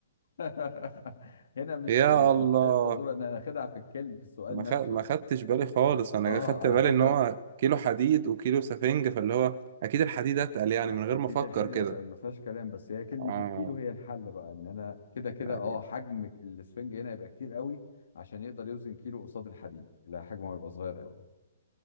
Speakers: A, on the left; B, on the right.
A: <laughs> هنا مش
B: يا
A: مش
B: الله
A: مسألة تزور ان انا اخدها في الكلم في السؤال
B: ما
A: نفسه
B: خ... ما خدتش بالي خالص
A: أنا
B: أنا
A: اه
B: خدت بالي
A: انا حتى
B: إن هو كيلو حديد وكيلو سفنج فاللي هو أكيد الحديد أتقل يعني
A: اكيد
B: من غير ما أفكر
A: الحديد
B: كده
A: اتقل ما فيهاش كلام بس هي كلمة
B: آه
A: الكيلو هي الحل بقى ان انا كده كده
B: طيب
A: اه حجم السفنج هنا يبقى كتير قوي عشان يقدر يوزن كيلو قصاد الحديد لا حجمه هيبقى صغير قوي